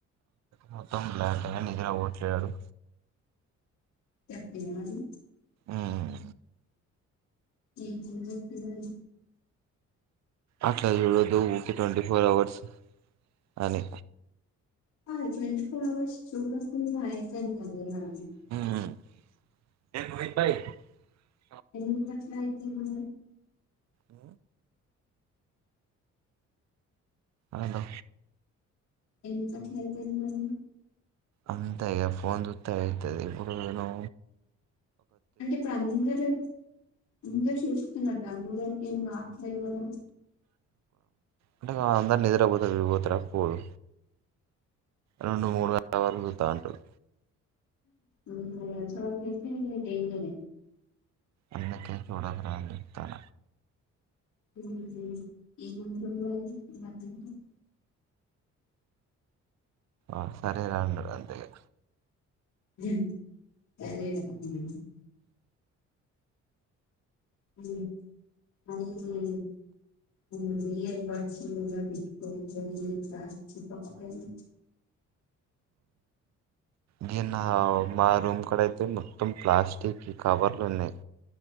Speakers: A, on the right (about 60°); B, on the left (about 65°).
A: మొత్తం లేకనే నిద్రపోవట్లేదు వాడు
B: తప్పిందా మరి
A: ఉహ్..
B: ఏమని చెప్పింది మరి
A: అట్లా చూడదు ఊకె ట్వంటీ ఫోర్ అవర్స్ అని
B: హా ఆది ట్వంటీ ఫోర్ అవర్స్ చూడకున్న అయితది వాని వల్లా
A: ఊ
B: ఎందుకు కట్ల అయితుంది
A: ఊ ఆగో
B: ఎందుకట్లయితది నువు
A: అంతె ఇగ ఫోన్ జూత్తే ఐతది ఇప్పుడును
B: అంటే ఇప్పుడు అందరు అందరు చూస్తున్నారు మ అందరికి మాత్రైవదం
A: అంటే ఇగ అందరు నిద్ర పోతారు ఈడు పోతడ పోడు రెండు మూడు వరకు తిరుగుతాంటడు
B: ఉ నాకు తెలిసిన వరకైతే డేంజర్ ఏ
A: అందుకే చూడద్రా అని చెప్తన
B: ఉహు ఏముంటది మరి అతనికి <inaudible>
A: ఆ సరే రాండి మీరు అంతెగా
B: ఉ తనేనా <unintelligible> ఊ అయ్యో ఊ ఇయర్ బర్డ్స్ కూడా పెట్టుకొని పనిజేత చెప్పకపోయినవ్
A: దీ నా మా రూమ్ కడ అయితే మొత్తం ప్లాస్టిక్ కవర్లు ఉన్నాయి